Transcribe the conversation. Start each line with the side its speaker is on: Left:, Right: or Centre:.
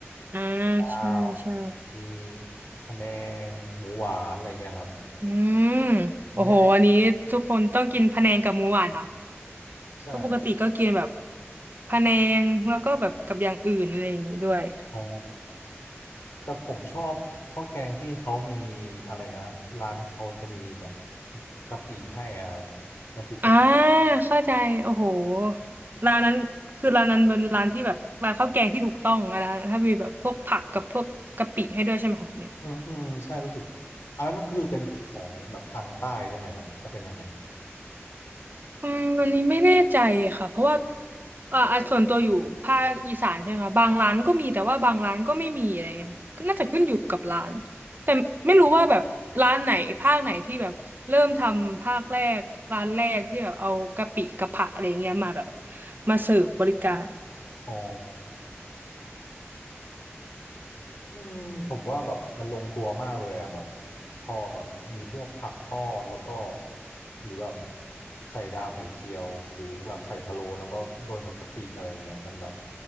Right: อ่า
Left: ข้าว
Right: ใช่ใช่
Left: มีพะแนงหมูหวานอะไรเงี้ยครับ
Right: อืมโอ้โหอันนี้ทุกคนต้องกินพะแนงกับหมูหวานนะ
Left: ง่ายใช่
Right: เพราะปกติก็กินแบบพะแนงแล้วก็แบบกับอย่างอื่นอะไรอย่างนี้ด้วย
Left: อ๋อแต่ผมชอบข้าวแกงที่เขามีอะไรนะที่ร้านที่เขาจะมีแบบกะปิให้อะครับน้ำพริกกะปิ
Right: อ่าเข้าใจโอ้โหร้านนั้นคือร้านนั้นเป็นร้านที่แบบร้านข้าวแกงที่ถูกต้องอะนะถ้ามีแบบพวกผักกับพวกกะปิให้ด้วยใช่ไหมคะเนี่ย
Left: อืมอืมใช่รู้สึกอันนั้นก็คือเป็นของแบบทางใต้ใช่ไหมครับถ้าเป็นอย่างนั้น
Right: อืมอันนี้ไม่แน่ใจค่ะเพราะว่าเอ่ออ่ะส่วนตัวอยู่ภาคอีสานใช่ไหมคะบางร้านก็มีแต่ว่าบางร้านก็ไม่มีอะไรเงี้ยค่ะก็น่าจะขึ้นอยู่กับร้านแต่ไม่รู้ว่าแบบร้านไหนภาคไหนที่แบบเริ่มทำภาคแรก ร้านแรกที่แบบเอากะปิกับผักอะไรเงี้ยมาแบบมาเสิร์ฟบริการ
Left: อ๋อ อืมผมว่าแบบมันลงตัวมากเลยอ่ะแบบพอแบบมีพวกผักทอดแล้วก็หรือแบบไข่ดาวไข่เจียวหรือแบบไข่พะโล้แล้วก็โดนกับกะปิอะไรเงี้ยมันแบบ